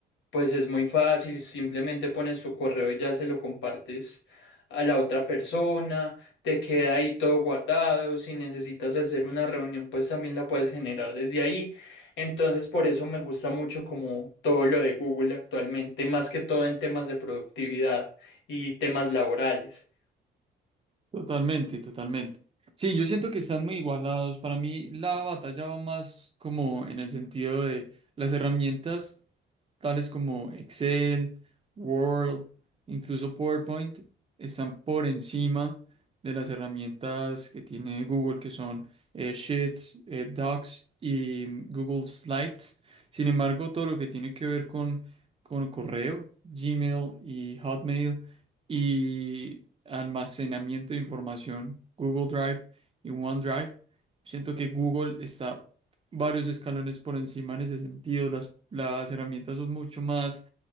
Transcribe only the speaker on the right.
Totalmente, totalmente. Sí, yo siento que están muy igualados. Para mí la batalla va más como en el sentido de las herramientas tales como Excel, Word, incluso PowerPoint, están por encima de las herramientas que tiene Google, que son eh, Sheets, eh, Docs y mm, Google Slides. Sin embargo, todo lo que tiene que ver con, con correo, Gmail y Hotmail y almacenamiento de información, Google Drive y OneDrive. Siento que Google está varios escalones por encima en ese sentido. Las, las herramientas son mucho más